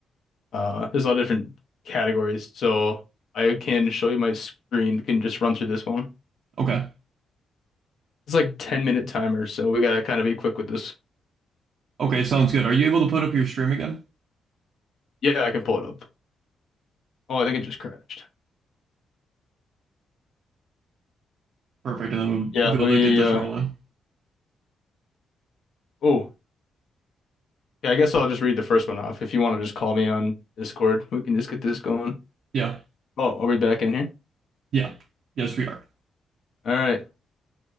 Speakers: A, on the left (about 65°); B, on the right (about 65°).
A: uh, there's a lot of different categories. So I can show you my screen. We can just run through this one.
B: Okay.
A: It's like 10 minute timer, so we gotta kind of be quick with this.
B: Okay, sounds good. Are you able to put up your stream again?
A: Yeah, I can pull it up. Oh, I think it just crashed.
B: Perfect. And then we'll,
A: Yeah,
B: we'll
A: let
B: be able
A: me
B: to get this
A: uh
B: rolling.
A: oh. Yeah, I guess I'll just read the first one off. If you want to just call me on Discord, we can just get this going.
B: Yeah.
A: Oh, are we back in here?
B: Yeah. Yes, we are.
A: All right.